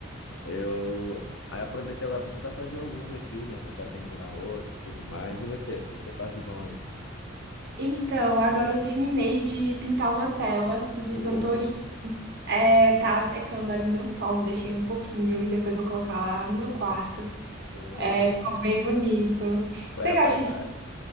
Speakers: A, on the left; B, on the right.
A: Eu aí aproveitei agora para tentar fazer alguns aqui, né? Tentar terminar outros e tudo mais. E você? O que você faz de bom aí?
B: Então, agora eu terminei de pintar uma tela de
A: Ô,
B: Santori. É, tá secando ali no sol, deixei um pouquinho e depois vou colocar lá no meu quarto.
A: ô,
B: É, ficou bem bonito.
A: qual
B: Você
A: é a
B: gosta
A: paisagem?
B: de...